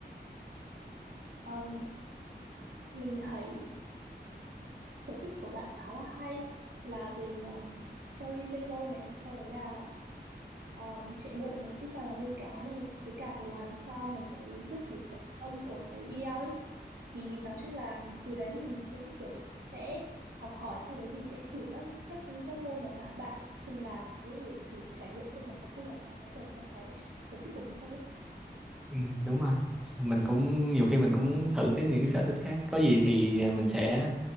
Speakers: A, on the right (about 70°); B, in the centre.
A: Ờm, mình thấy sở thích của bạn khá là hay là về ờm, chơi Lego này sau đấy là um, chạy bộ này tiếp theo là nuôi cá này với cả làm theo mấy cái bước thủ công của cái video ấy thì nói chung là từ đấy thì mình cũng kiểu sẽ học hỏi sau đấy mình sẽ thử các các các môn mà bạn bạn đã từng làm ấy để thử trải nghiệm xem nó có vui và nó có trở thành cái sở thích của mình không ấy
B: Ừ, đúng rồi mình cũng nhiều khi mình cũng muốn thử cái những cái sở thích khác có gì thì à, mình sẽ